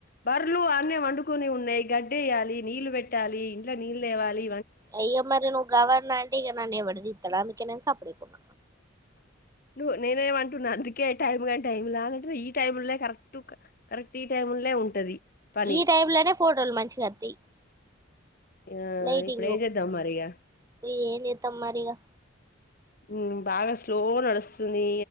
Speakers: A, on the left; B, on the right.
A: బర్లు ఆన్నే పండుకొని ఉన్నాయ్ గడ్ డ్డేయాలి నీళ్లు పెట్టాలి ఇంట్ల నీళ్ళు దేవాలి
B: అయ్య మరి నువ్వు గవ్వని అంటే ఇగ నాన్ ఎవడుదిత్తడు అందుకె నేను సాప్పడ్దేకున్న.
A: నువ్వు నేనేమంటున్నా అందుకే టైమ్ గని టైమ్లా ఈ టైమ్ల్ కరెక్ట్ కరెక్ట్ ఈ టైం. లే ఉంటది. పని
B: ఈ టైమ్ లానే ఫోటోలు మంచిగొత్తయి.
A: ఆ
B: లైటింగు
A: ఇప్పుడు ఏం చేద్దాం మరి ఇగ
B: ఇగ ఎంజేతం మరిగా.
A: ఉమ్ బాగా స్లో నడుస్తుంది